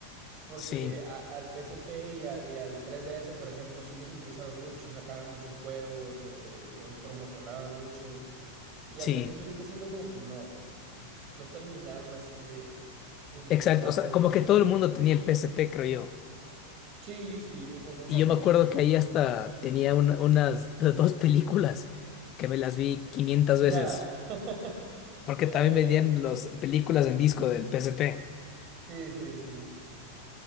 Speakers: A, on the right; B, on the left.
A: porque
B: Sí,
A: a- al P S P y al, y al 3DS, por ejemplo, sí los impulsaron mucho, sacaron muchos juegos, eh, los promocionaban mucho, y
B: sí.
A: al P S P Vita siento como que no. No terminaron así de, de impulsarlo
B: Exacto, o sea,
A: como
B: como que
A: debería.
B: todo el mundo tenía el P S P, creo yo.
A: Sí, sí, fue muy famoso
B: Y yo me acuerdo
A: el PSP.
B: que ahí hasta tenía una- unas <laughs> do- dos películas que me las vi quinientas
A: Ya.
B: veces,
A: <laughs>
B: porque
A: Sí,
B: también
A: en la- en
B: vendían
A: el-
B: las películas en disco del P S P.
A: sí, sí, sí.